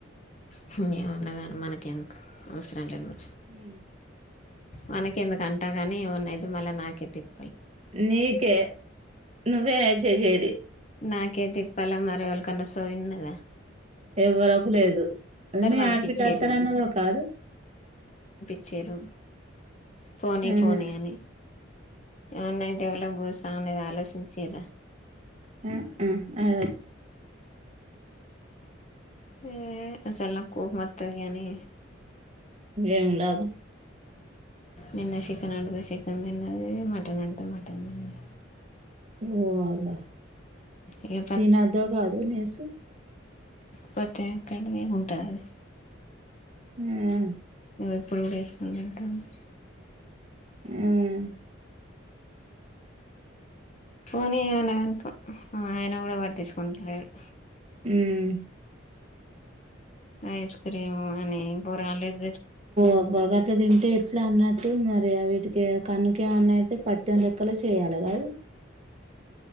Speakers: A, on the left; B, on the right.
A: హు ఏమన్నగానీ మనకేందుకు అవసరం లేనీ ము
B: హు
A: మనకేందుకు అంటగని ఏమనైతే మళ్ళ నాకే తిప్
B: నీకే నువ్వేనాయే చేసేది
A: నాకే తిప్పల మారేవలకన్న సోయి ఉన్నదా
B: ఎవ్వలకు లేదు మీ
A: పంపించిర్రు
B: అడ్బిడ్డ అత్తనన్నదో కాదు
A: అచ్చిరు పోనీ
B: ఆహా
A: పోనీ అని ఎమన్నాయితే ఎవరో గసా అనేది ఆలోచించరా
B: ఆ ఆ
A: ఏ అసలు నాకు కోపం మత్తది కానీ
B: ఏం లాభం
A: నిన్న చికెన్ వండితే చికెన్ తిన్నది మటన్ వండితే మటన్ తిన్నది
B: ఓ వా
A: ఇక
B: తిన ద కాదు నిసు
A: ప్రతి కంటదికు ఉంటుంది అది
B: హ్మ్మ్
A: ఇప్పుడు కూడా వేసుకుొని తింటుంది
B: హ్మ్మ్
A: పోనీ అన కనుప ఆయన కూడా పట్టించుకుంటలేడు
B: హ్మ్మ్
A: ఐస్ క్రీమ్ అని పొరగాళ్ళని
B: అబ్బా అట్లా తింటే ఎట్లా అన్నట్టు మరి వీటికి కన్ను ఏమన్నా అయితే పత్ె లెక్కలు చేయ్యాలి కదు